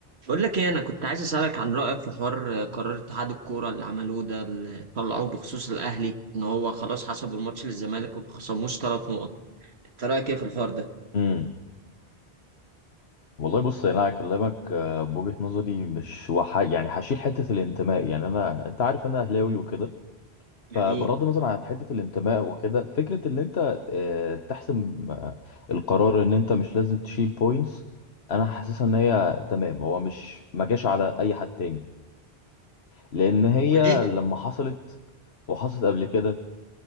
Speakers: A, on the right; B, on the left.
A: بقول لك ايه انا كنت عايز اسالك عن رايك في حوار قرار اتحاد الكوره اللي عملوه ده اللي طلعوه بخصوص الاهلي ان هو خلاص حسبوا الماتش للزمالك وما خصموش ثلاث نقط انت رايك ايه في الحوار ده
B: امم والله بص يعني انا هكلمك آه، بوجهة نظري مش وح... يعني هشيل حتة الانتماء يعني انا انت عارف انا اهلاوي وكده
A: جميل
B: فبغض النظر عن حتة الانتماء وكده فكرة ان انت آه، تحسم آه، القرار ان انت مش لازم تشيل بوينتس انا حاسسها ان هي تمام هو مش ما جاش على اي حد تاني لان هي
A: وجه
B: لما حصلت وحصلت قبل كده